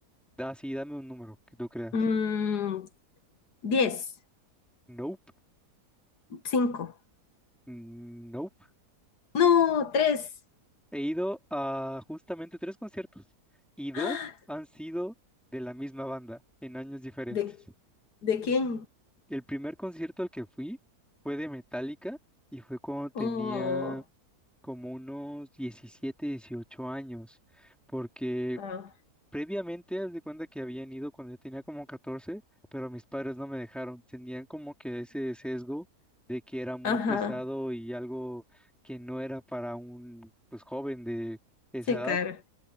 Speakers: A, in the centre; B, on the left (about 80°).
A: Da, sí, dame un número que tú creas.
B: Mm, diez,
A: Nope,
B: cinco,
A: nope.
B: no, tres.
A: He ido a justamente tres conciertos y dos
B: ¡Ah!
A: han sido de la misma banda en años diferentes.
B: ¿De, de quién?
A: El primer concierto al que fui fue de Metallica y fue cuando tenía
B: Oh,
A: como unos 17, 18 años, porque
B: wow.
A: previamente, haz de cuenta que habían ido cuando yo tenía como 14, pero mis padres no me dejaron, tenían como que ese sesgo de que era muy
B: Ajá,
A: pesado y algo que no era para un pues joven de esa
B: sí,
A: edad.
B: claro,